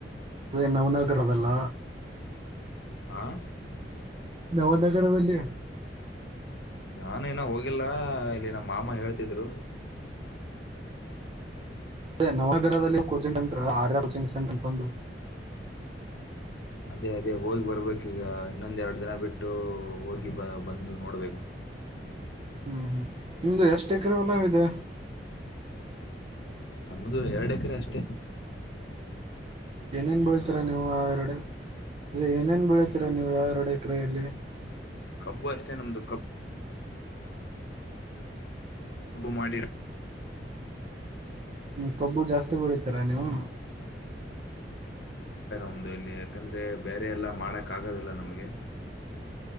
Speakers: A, on the right; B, on the left.
A: ಅದ ನವನಗರದಲ್ಲಾ
B: ಹಾಂ
A: ನೌನ ಕರದಲ್ಲೇ
B: ನಾನು ನ ಹೋಗಿಲ್ಲ ಇಲ್ಲಿ ನಮ್ಮ ಮಾಮ ಹೇಳ್ತಿದ್ರು
A: ಅದೇ ನವಗರದಲ್ಲಿ coaching centre Arya coaching centre ತಂದು
B: ಅದೇ ಅದೇ ಹೋಗಿ ಬರಬೇಕುೀಗ ಇನ್ನೊಂದು ಎರಡು ದಿನ ಬಿಟ್ಟು ಹೋಗಿ ಬ ಬಂದು ನೋಡಬೇಕು
A: ಹ್ಮ್ ಹ್ಮ್ ನಿಮ್ದು ಎಷ್ಟು ಎಕರೆಲ್ಲಾವಿದೆ
B: ನಮ್ದ ಎರಡು ಎಕರೆ ಅಷ್ಟೆ
A: ಏನೇನ್ ಬೆಳತೀರ ನೀವು ಆ ಎರಡೆ ಅೇ ಏನೇನ್ ಬೆೀಳತೀರಾ ನೀವು ಯಾರಡೆ ಎ ಕ್ರೆಯಲ್ಲಿ
B: ಕಬ್ಬು ಅಷ್ಟೇ ನಮ್ದು ಕಬ್ಬ ಹಬ್ಬು ಮಾಡಿರ
A: ಹಞ ಕಬ್ಬು ಜಾಸ್ತಿ ಬೆಳಿತೀರಾ ನೀವು
B: ಒ ಇಲ್ಲಿ ಯಾಕಂದ್ರೆ ಬೇರೆ ಎಲ್ಲಾ ಮಾಡಕ್ ಆಗದಲ್ಲ ನಮ್ಗೆ